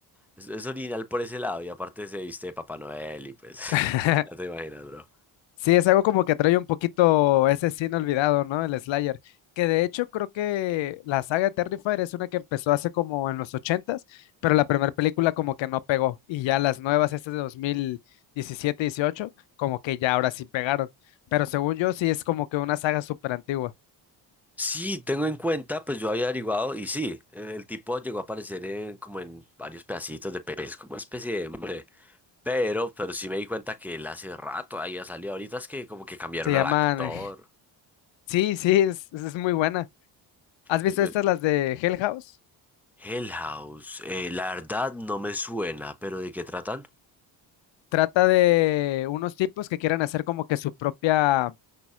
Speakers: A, in the centre; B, on the left (about 65°).
A: Es, es original por ese lado. Y aparte se viste de Papá Noel y pues,
B: <laughs>
A: <laughs> ya te imaginas, bro.
B: Sí, es algo como que trae un poquito ese sin olvidado, ¿no? El Slayer. Que de hecho creo que la saga de Terrifier es una que empezó hace como en los ochentas, pero la primera película como que no pegó. Y ya las nuevas, estas de dos mil diecisiete, dieciocho, como que ya ahora sí pegaron. Pero según yo sí es como que una saga súper antigua.
A: Sí, tengo en cuenta, pues yo había averiguado y sí, eh, el tipo llegó a aparecer en, como en varios pedacitos de pepes, como una especie de hombre, pero, pero sí me di cuenta que él hace rato había salido, ahorita es que como que cambiaron
B: Se llaman...
A: al actor.
B: eh, Sí, sí, es, es muy buena. ¿Has visto
A: Eh, bueno,
B: estas, las de Hell House?
A: Hell House, eh, la verdad no me suena, pero ¿de qué tratan?
B: Trata de unos tipos que quieren hacer como que su propia